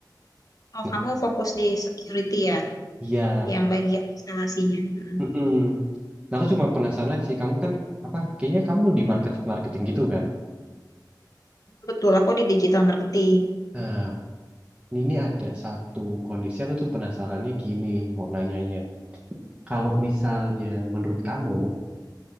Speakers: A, on the left; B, on the right.
A: Oh,
B: Nah,
A: kamu fokus di security ya,
B: iya,
A: yang bagian instalasinya. Mm.
B: mm-mm. Nah, aku cuma penasaran aja sih, kamu kan apa? Kayaknya kamu di marketing-marketing gitu kan?
A: Betul, aku di digital marketing.
B: Nah, ini ada satu kondisi aku tuh penasarannya gini, mau nanyanya. Kalau misalnya menurut kamu